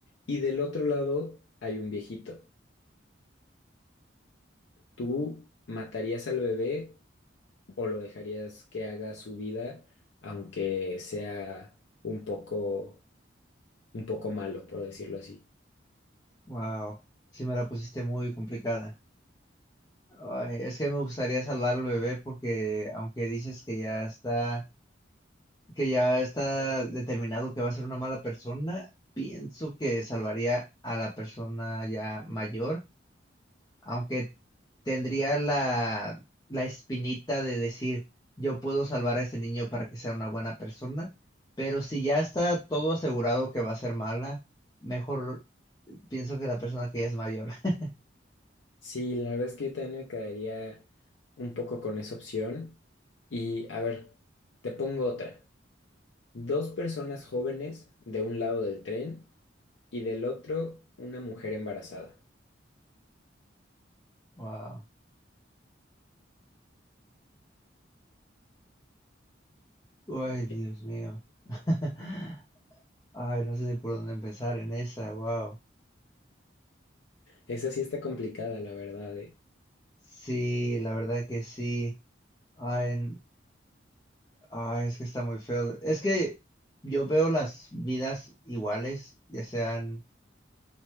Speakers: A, on the left; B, on the left.
A: Y del otro lado hay un viejito. ¿Tú matarías al bebé o lo dejarías que haga su vida, aunque sea un poco, un poco malo, por decirlo así?
B: Wow, sí me la pusiste muy complicada. Ay, es que me gustaría salvar al bebé porque aunque dices que ya está, que ya está determinado que va a ser una mala persona, pienso que salvaría a la persona ya mayor, aunque tendría la, la espinita de decir, yo puedo salvar a ese niño para que sea una buena persona, pero si ya está todo asegurado que va a ser mala, mejor pienso que la persona que ya es mayor. <laughs>
A: Sí, la verdad es que yo también me quedaría un poco con esa opción. Y a ver, te pongo otra. Dos personas jóvenes de un lado del tren y del otro una mujer embarazada.
B: Wow. Ay, Dios
A: Eh,
B: mío. <laughs> Ay, no sé ni por dónde empezar en esa, wow.
A: Esa sí está complicada, la verdad. eh.
B: Sí, la verdad que sí. Ay, n- ay, es que está muy feo. Es que yo veo las vidas iguales, ya sean